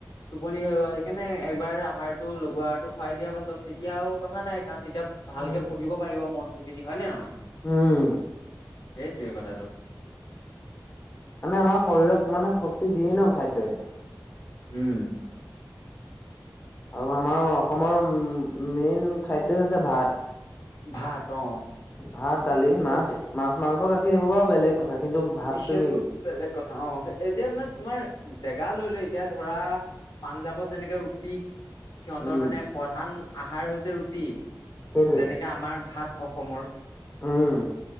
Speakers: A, on the left; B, on the left.
A: টোপনি ৰৈ স কেনে একবাৰ আহাৰতটো লগঘু আহাৰটো খুৱাই দিয়া পাছত তেতিয়াও কথা নাই। কাৰণ তেতিয়া ভালকে
B: উম
A: পঢ়িব পাৰিব মন দি হয় নে নহয়।
B: উম
A: সেইটোৱে কথাটো।
B: মানে আমাৰ শৰীৰক মানে শক্তি দিয়েই ন খাদ্যই।
A: হম
B: আৰু আমাৰ অসমৰ মেইন খাদ্য হৈছে ভাত।
A: ভাত অ
B: ভাত দালি
A: সেইটোৱে
B: মাছ মাছ মাংস গাখীৰ সেইবোৰ পৰা বেলেগ কথা। কিন্তু ভাতটো
A: সেইটো
B: মেইন
A: বেলেগ কথা অ এতিয়া মান তোমাৰ জেগা লৈ, লৈ। এতিয়া ধৰা পাঞ্জাৱত যেনেকে ৰুটি সিহঁতৰ
B: উম
A: মানে প্ৰধান আ আহাৰ হৈছে ৰুটি,
B: সেইটোৱে
A: যেনেকে আমাৰ ভাত অসমৰ।
B: উম